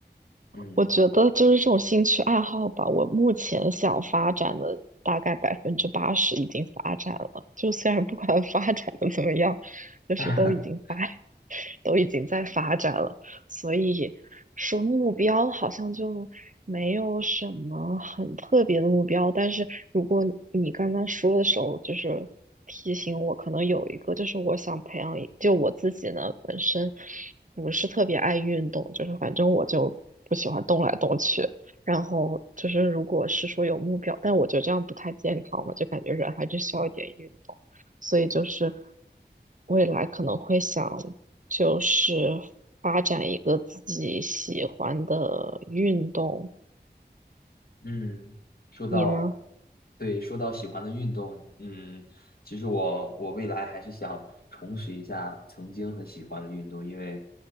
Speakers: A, on the left; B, on the right.
A: 嗯。
B: 我觉得就是这种兴趣爱好吧，我目前想发展的大概百分之八十已经发展了，就虽然不管 <laughs> 发展的怎么样，就是都已经发，
A: <laughs>
B: <laughs> 都已经在发展了。所以说目标好像就没有什么很特别的目标。但是如果你刚刚说的时候，就是提醒我，可能有一个就是我想培养一，就我自己呢本身不是特别爱运动，就是反正我就不喜欢动来动去。然后就是，如果是说有目标，但我觉得这样不太健康嘛，就感觉人还是需要一点运动。所以就是未来可能会想就是发展一个自己喜欢的运动。
A: 嗯，说到，
B: 你呢？
A: 对，说到喜欢的运动，嗯，其实我我未来还是想重拾一下曾经很喜欢的运动，因为，